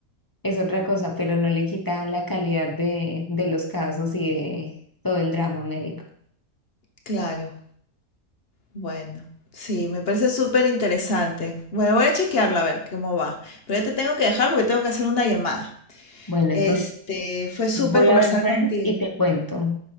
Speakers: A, on the left; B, on the left.
A: es otra cosa, pero no le quita la calidad de, de los casos y de todo el drama médico.
B: claro. Bueno, sí, me parece súper interesante. Bueno, voy a chequearlo a ver cómo va. Pero ya te tengo que dejar porque tengo que hacer una llamada.
A: Bueno,
B: Este,
A: entonces
B: fue súper
A: voy
B: conversar
A: a ver Friends
B: contigo.
A: y te cuento.